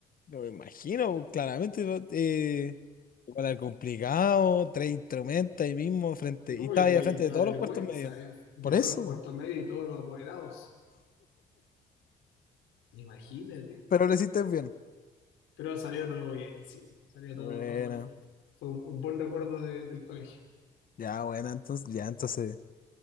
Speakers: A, on the left; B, on the left.
A: No me imagino, claramente. ¿no? Eh, igual era complicado, tres instrumentos ahí mismo, frente,
B: No,
A: y estaba
B: y te,
A: ahí al frente
B: y te
A: de
B: da
A: todos
B: vergüenza
A: los cuartos medios.
B: eh, de
A: Por eso,
B: todos los cuartos medios y todos los apoderados. Imagínate.
A: pero lo hiciste bien.
B: Pero salió todo bien, sí. Salió
A: Bueno,
B: todo, todo perfecto. Fue un, un buen recuerdo de- del colegio.
A: ya, bueno, entonces, ya, entonces,